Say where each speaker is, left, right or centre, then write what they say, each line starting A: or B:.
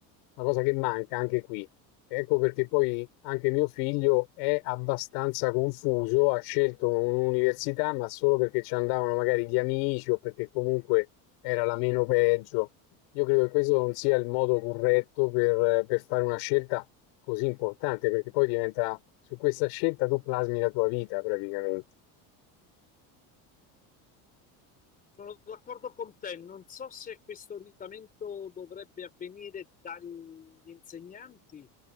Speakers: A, on the left; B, on the left.
A: cosa che manca anche qui. Ecco perché poi anche mio figlio è abbastanza confuso, ha scelto un'università, ma solo perché ci andavano magari gli amici o perché comunque era la meno peggio. Io credo che questo non sia il modo corretto per, per fare una scelta così importante, perché poi diventa, su questa scelta tu plasmi la tua vita praticamente.
B: Sono d'accordo con te, non so se questo orientamento dovrebbe avvenire dagli insegnanti